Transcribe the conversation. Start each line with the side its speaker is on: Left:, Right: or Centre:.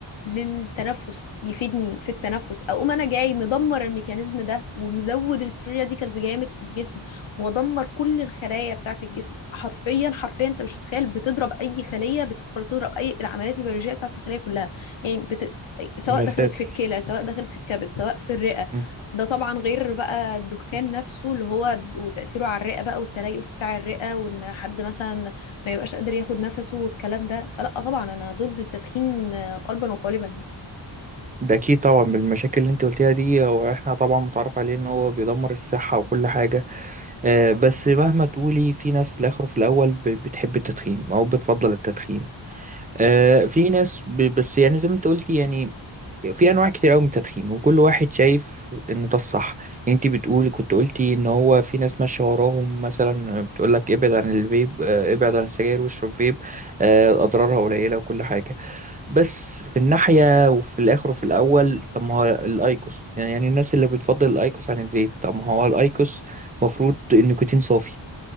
Left: للتنفس يفيدني في التنفس اقوم انا جاي مدمر الميكانيزم ده ومزود الفري راديكالز جامد في الجسم وادمر كل الخلايا بتاعت الجسم حرفيا حرفيا انت مش متخيل بتضرب اي خليه بتدخل تضرب اي العمليات البيولوجيه بتاعت الخليه كلها يعني بت... سواء
Right: يا
Left: دخلت
Right: ساتر
Left: في الكلى سواء دخلت في الكبد سواء في الرئه
Right: مم.
Left: ده طبعا غير بقى الدخان نفسه اللي هو ب- وتأثيره على الرئة بقى والتليف بتاع الرئة وان حد مثلا ما يبقاش قادر ياخد نفسه والكلام ده فلا طبعا انا ضد التدخين آه، قلبا وقالبا يعني
Right: ده أكيد طبعا بالمشاكل اللي أنت قلتيها دي هو إحنا طبعا متعرف عليه إن هو بيدمر الصحة وكل حاجة أه بس مهما تقولي في ناس في الآخر وفي الأول ب- بتحب التدخين أو بتفضل التدخين أه في ناس ب- بس يعني زي ما أنت قلتي يعني في انواع كتير قوي من التدخين وكل واحد شايف انه ده الصح يعني انت بتقولي كنت قلتي ان هو في ناس ماشيه وراهم مثلا بتقول لك ابعد عن الفيب آه، ابعد عن السجاير واشرب فيب آه، اضرارها قليله وكل حاجه بس في الناحيه وفي الاخر وفي الاول طب ما هو الايكوس يعني يعني الناس اللي بتفضل الايكوس عن الفيب طب ما هو الايكوس مفروض النيكوتين صافي